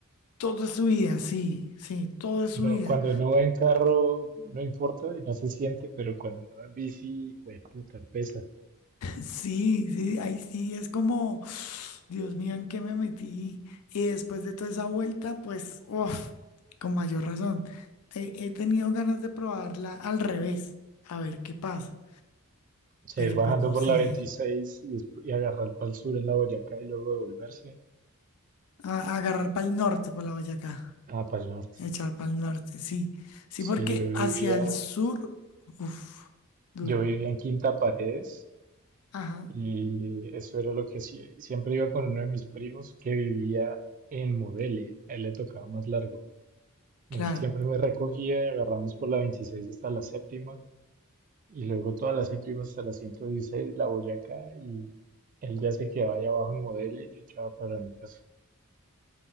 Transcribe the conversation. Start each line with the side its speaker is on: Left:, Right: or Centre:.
Left: todo es subida, sí, sí, todo es
Right: No,
Left: subida.
Right: cuando no va en carro no importa y no se siente, pero cuando no va en bici, güey, puta, pesa.
Left: Sí, sí, ahí sí es como, Dios mío, ¿en qué me metí? Y después de toda esa vuelta, pues, uf, con mayor razón, he, he tenido ganas de probarla al revés, a ver qué pasa,
Right: O sea,
Left: pero
Right: ir bajando
Left: pues no
Right: por
Left: sé,
Right: la 26 y, despu- y agarrar para el sur en la Boyacá y luego devolverse.
Left: a, a agarrar para el norte por la Boyacá,
Right: Ah, para el norte.
Left: echar para el norte, sí, sí,
Right: Sí,
Left: porque
Right: yo vivía,
Left: hacia el sur, uff, duro,
Right: yo vivía en Quinta Paredes.
Left: ajá,
Right: Y eso era lo que sí- siempre iba con uno de mis primos que vivía en Modelia. A él le tocaba más largo. Él
Left: claro,
Right: siempre me recogía y agarramos por la 26 hasta la séptima. Y luego toda la séptima hasta la 116, la Boyacá. Y él ya se quedaba allá abajo en Modelia y yo echaba para mi casa.